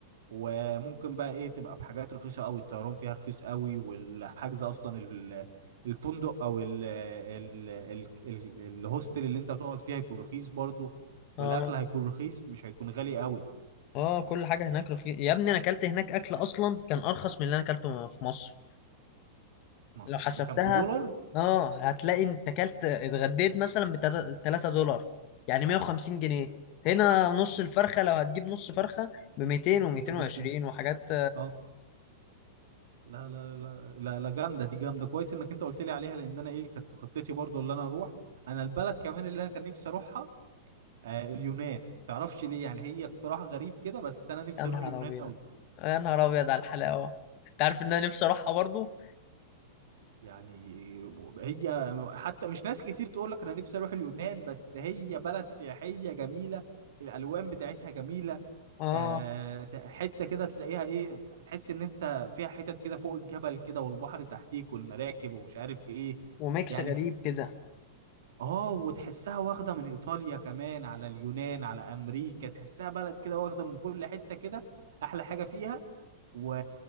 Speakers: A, on the right; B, on the left.
A: وممكن بقى ايه تبقى بحاجات رخيصة قوي الطيران فيها رخيص قوي والحجز اصلا ال- الفندق او ال ال ال ال الهوستل اللي انت هتقعد فيها هيكون رخيص برضو والاكل
B: اه
A: هيكون رخيص مش هيكون غالي قوي
B: اه كل حاجه هناك رخيصه يا ابني انا اكلت هناك اكل اصلا كان ارخص من اللي انا اكلته في مصر
A: ما
B: لو حسبتها
A: كان بدولار
B: اه هتلاقي انت اكلت اتغديت مثلا ب 3 دولار يعني 150 جنيه هنا نص الفرخه لو هتجيب نص فرخه ب 200
A: 300
B: و220
A: جنيه
B: وحاجات
A: اه لا لا لا لا لا جامده دي جامده كويس انك انت قلت لي عليها لان انا ايه كانت في خطتي برضو اللي انا اروح انا البلد كمان اللي انا كان نفسي اروحها آه اليونان تعرفش ليه يعني هي اقتراح غريب كده بس انا نفسي
B: يا نهار
A: اروح اليونان
B: ابيض
A: قوي
B: يا نهار ابيض على الحلاوه انت عارف ان انا نفسي اروحها برضو
A: يعني هي حتى مش ناس كتير تقول لك انا نفسي اروح اليونان بس هي بلد سياحيه جميله الالوان بتاعتها جميله
B: اه
A: آه ت- حته كده تلاقيها ايه تحس ان انت فيها حتت كده فوق الجبل كده والبحر تحتيك والمراكب ومش عارف ايه
B: وميكس
A: يعني
B: غريب
A: ف-
B: كده
A: اه وتحسها واخده من ايطاليا كمان على اليونان على امريكا تحسها بلد كده واخده من كل حته كده احلى حاجه فيها و...